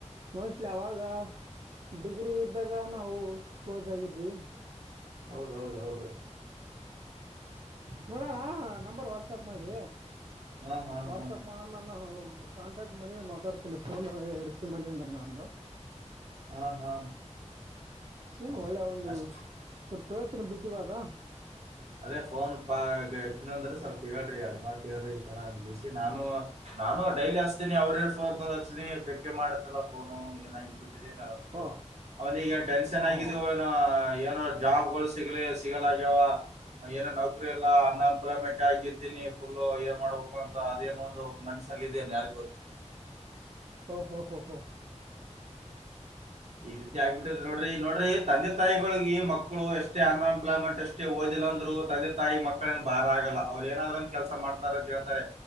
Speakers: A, on the right; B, on the right.
A: ಮೋಸ್ಟ್ಲಿ ಅವಾಗ ಡಿಗ್ರಿ ಇದ್ದಾಗ ನಾವು ಕ್ಲೋಸ್ ಆಗಿದ್ವಿ
B: ಹೌದೌದ ಹೌದು
A: ನೋಡೋಣ ನಂಬರ್ ವಾಟ್ಸಪ್ ಮಾಡಿ
B: ಹಾ ಹಾ
A: ವಾಟ್ಸಪ್
B: ಹಾ
A: ಮಾಡೋಣ ನಾನು ಕಾಂಟ್ಯಾಕ್ಟ್ ಮಾಡಿ ಮಾತಾಡ್ತೀನಿ ಫೋನ್ ರಿಸೀವ್ ಮಾಡಿದ ಅಂದ್ರೆ ನಂದು
B: ಹ್ಮ ಹಾ
A: ಏ ಒಳ್ಳೆ ಒಂದು
B: ಅಷ್ಟೇ
A: ಸ್ವಲ್ಪ ಹಳತ್ತಿನ ಬುದ್ಧಿವಾದ
B: ಅದೇ ಫೋನ್ ಪತ್ತಿನಂದ್ರೆ ಸ್ವಲ್ಪ ಹೇಳ್ರಿ ಅಡು ಮಾತ ಹೇಳ್ರಿ ಈ ತರ ಅಗಿಸಿ ನಾನು ನಾನು ಡೈಲಿ ಹಚ್ತಿನಿ ಅವ್ರ ಇರ್ನಿ ಪೇಕ ಮಾಡತ್ತಲ್ಲ ಫೋ ಏನ ಬಿಟ್ಟ ಅವ
A: ಓ
B: ಅವನಿಗ ಟೆನ್ಷನ್
A: ಓ
B: ಆಗಿದ
A: ಹೋ
B: ಏನೋ ಜಾಬ್ ಸಿಗ ಸಿಗಲಾಗ್ಯಾವ ಏನೋ ನೌಕರಿ ಎಲ್ಲ ಅನ್ಎಂಪ್ಲಾಯ್ಮೆಂಟ್ ಆಗಿರ್ತೀನಿ ಫುಲ್ ಏನ್ ಮಾಡ್ಬೇಕು ಅಂತ ಅದೇನೋ ಒಂದು ಮನ್ಷ ಇದೇನೆ ಯಾರಿ ಗೊತ್ತು
A: ಹ ಹೋ ಹ ಹ
B: ಈ ರೀತಿ ಆಗ್ಬಿಟ್ಟ್ರ ನೋಡ್ರಿ ನೋಡ್ರಿ ತಂದೆ ತಾಯಿಗಳಿಗೆ ಮಕ್ಕಳು ಎಷ್ಟೇ ಅನ್ಎಂಪ್ಲಾಯ್ಮೆಂಟ್ ಎಷ್ಟೇ ಓದಿ ಲ್ಲಂದ್ರು ತಂದೆ ತಾಯಿ ಮಕ್ಕಳೇಏನ್ ಬ ಭಾರ ಆಗಲ್ಲ ಅವ್ರು ಏನಾದ್ರ ಒನ್ ಕೆಲಸ ಮಾಡ್ತಾರ ಅಂತ ಹೇಳ್ತಾರೆ